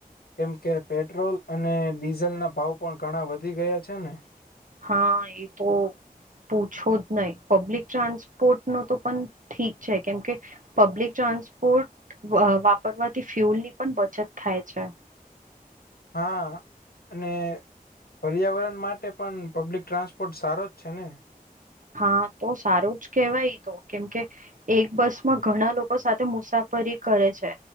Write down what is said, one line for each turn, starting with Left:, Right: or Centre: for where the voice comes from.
Left: કેમ કે. પેટ્રોલ અને ડીઝલના ભાવ પણ ઘણા વધી ગયા છે ને
Right: હા એ તો પૂછો જ નઈ પબ્લિક ટ્રાન્સપોર્ટ નો તો પણ ઠીક છે કેમ કે પબ્લિક ટ્રાન્સપોર્ટ વ વાપરવાથી ફ્યુલ ની પણ બચત થાય છે
Left: હા અને પર્યાવરણ માટે પણ પબ્લિક ટ્રાન્સપોર્ટ સારો જ છે ને.
Right: હા. તો સારો જ કહેવાય ઈ તો. કેમ કે એક બસ માં ઘણા લોકો સાથે મુસાફરી કરે છે.